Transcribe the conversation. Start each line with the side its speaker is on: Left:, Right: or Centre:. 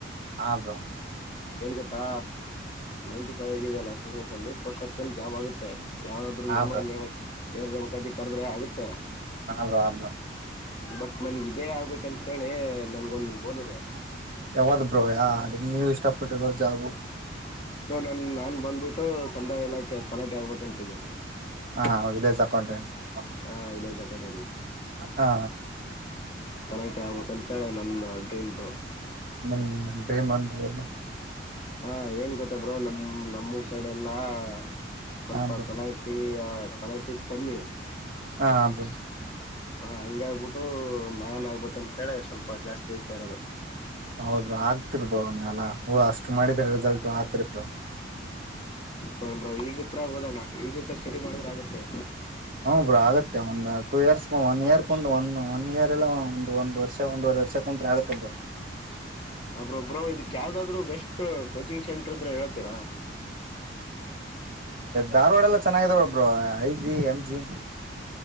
Right: ಹಾ ಬ್ರೋ
Left: ಏನ್ ಗೊತ್ತಾ ನೈಂಟಿ ಫೈವ್ ಆಗಿದೆಲ್ಲ ಎಸ್ ಎಸ್ ಎಲ್ ಸಿ ಅಲ್ಲಿ ಪೋಸ್ಟ್ ಆಫ್ಸಲ್ಲಿ ಜಾಬ್ ಆಗುತ್ತೆ. ಯಾವ್ದಾದ್ರು
Right: ಹಾ
Left: ನೇಮ
Right: ಬ್ರೋ
Left: ನೇಮ. ಬೇರೆ ದೇ ಮುಖಾತಿ ಕದ್ರೆ ಆುತ್ತೆ ತ್
Right: ಹಬ್ರ ಆಬ್್ರೋ
Left: ಬಟ್ ನನ್ಗ ಇದೇ ಆಗ್ಬೇಕಂತೇಳಿ ನನ್ಗೊಂದ್ ಗೋಲ್ದೆ
Right: ಯಾವ್ದ ಬ್ರೋ ಯಾ ಅದ ನೀವು ಇಷ್ಟಪಟ್ಟು ರೋಜಾಬು
Left: ಹ ನನ್ ನಾನ್ ಬಂದ್ಬಿಟ್ಟು ಕಂದಾಯ ಎಲಾಕೆ ತಲಾಟಿ ಆಗ್ಬೇಕಕ್ಂತಿದ್ದಿ
Right: ಹಾ ಹ ತಕೊಂಡ್ರಿ ಉ
Left: ಹಾ ಇನ್ನೋಜ ಕೊಡ
Right: ಹಾ
Left: ತನ ಆಬಬೇಕ ಅಂತೇಳಿ ನನ್ನ ಡ್ರೀಮರು
Right: ನಿಮ್ ಡ್ರೇಮ್ ಅಲ್ಲ
Left: ಹ ಏನ್ ಗೊತ್ತ ಬ್ರೋ ನಮ ನಮ್ಮೂರ್ ಸೈಡೆ ಎಲ್ಲಾ ಸ್ವಲ್ಪ
Right: ಹಾ ಬ್ರೋ
Left: ತಲಾ ಇಟ್ಟಿ ಆ ತಲಯಟಿ ಕಮ್ಮಿ
Right: ಹಾಬ
Left: ಹಾ ಹಂಗ ಆಗ್ಬಿಟ್ಟು ನಾನ್ ಆಗ್ಬೇಕಂತೇಳಿ ಸ್ವಲ್ಪ ಜಾಸ್ತಿ ಇಗ್ತಾ ಇರೋದು
Right: ಹೌದ ಆಗ್ತಿರ್ಬೋವನ್ನೆ ಎಲ್ಲಾ ಹೂವು ಅಷ್ಟೆ ಮಾಡಿದ್ರೆ ರಿಸಲ್ಟ್ ಆತರಿಪ
Left: ಹ ಈಗ್ಲತ್ರ ಓದೋಣ ಈಗ್ಲ ಹತ್ರ ಸ್ಟಡಿ ಮಾಡಿದ್ರೆ ಆಗತ್ತೆ
Right: ಹ್ಮ್ ಬ್ರೋ ಆಗುತ್ತೆ ಒಂದ್ ಟೂ ಇಯರ್ಸ್ ಒನ್ ಇಯರ್ ಬಂದ ಒಂದ ಒನ್ ಇಯರ್ ಎಲ್ಲ ಒಂದ ಒಂದ್ ವರ್ಷ ಒಂದುವರೆ ವರ್ಷಂತ ಆಗತ್ತ ಬ
Left: ಅ ಬರ್ ಇದು ಯಾವದಾದ್ರು ಬೆಸ್ಟ್ ಕೋಚಿಂಗ್ ನ್ಯಾಂಟ್ರು ಇದ್ರ ಹೇಳ್ತೀರಾ
Right: ಧಾರ್ವಾಡ ಎಲ್ಲ ಚೆನ್ನಾಗಾಗಿದೆಾವ ಒಬರು ಐ ಜಿ ಎಂ ಜಿ